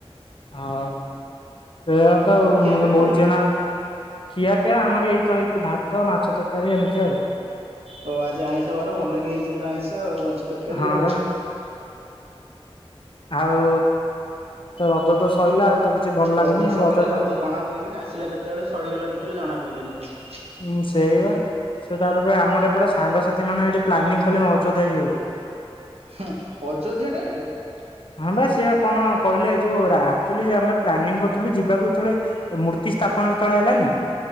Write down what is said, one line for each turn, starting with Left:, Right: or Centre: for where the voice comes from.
Left: ହଁ ସେଇୟା ତ ଆଉ
Right: ଖିଆ ପିଆ
Left: ବହିଚେନା
Right: କଣ
Left: ଖିଆପିଆ ଆମର ଏଇ ତ ହେଇଛି ଭାତ ମାଛ ତରକାରୀ ଏମିତି ଆଉ
Right: ହଉ ଆଜି ଆଇଁଷ ବାର ଭଲ କି ହେଇଛି ପୁରା ଆଇଁଷ ଆଉ ମାଛ ତରକାରୀ
Left: ହଁ
Right: ଆଉ।
Left: ବା ଆଉ ତ ରଜ ତ ସଇଲା ଆଉ। ତ କିଛି ଭଲ ଲାଗୁନି
Right: ରଜ ସଇଲେ
Left: ଟା
Right: ରଜ ଜଣା ପଇଲଣିି ଆସିଲା କେତେବେଳେ ସରିଗଲା କେତେବେଳେ ଜଣା ପଇଲାଣିି କିଛି।
Left: ହୁଁ ସେଇ ବା। ସେ ତାପରେ ପା ଆମର ଏପଟେ ସାଙ୍ଗସାଥି ମାନେ ଏଇଠି ପ୍ଲାନିଙ୍ଗ କଲେ ଅଯୋଧ୍ୟା ଯିବାକୁ।
Right: ହଁ ଅଯୋଧ୍ୟା ଟା ଡାଇରେକ୍ଟ।
Left: ହଁ ବା ସେ କଣ କହିଲେ ଯୋଉ ଆକ୍ଚୁଲି ଆମେ ପ୍ଲାନିଙ୍ଗ କରିୁଥିଲୁ ଯିବାକୁ ଯେତେବେଳେ ମୂର୍ତ୍ତି ସ୍ଥାପନ ଯେତେବେଳେ ହେଲାନି